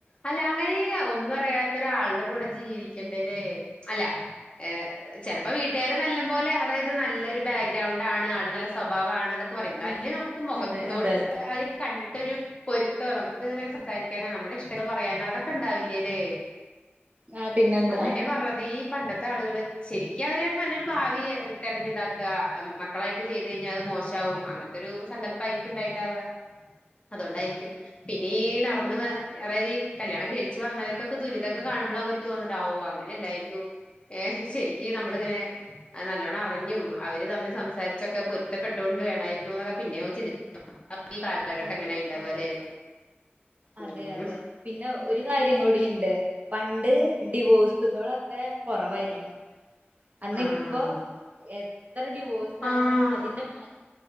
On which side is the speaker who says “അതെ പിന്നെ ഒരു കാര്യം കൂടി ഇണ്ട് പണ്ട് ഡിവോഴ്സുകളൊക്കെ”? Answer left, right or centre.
Right